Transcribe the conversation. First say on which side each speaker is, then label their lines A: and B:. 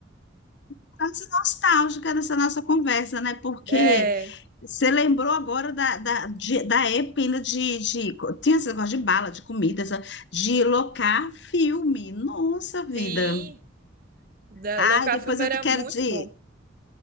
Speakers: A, on the left; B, on the right.
A: Estamos nostálgica dessa nossa conversa, né? Porque
B: É.
A: Você lembrou agora da, da, de- da época ainda de, de. Tinha esse negócio de bala, de comida, essa- de locar filme. Nossa vida.
B: Sim. Da,
A: Ai,
B: locar
A: depois
B: filme
A: eu
B: era
A: quero
B: muito
A: te.
B: bom.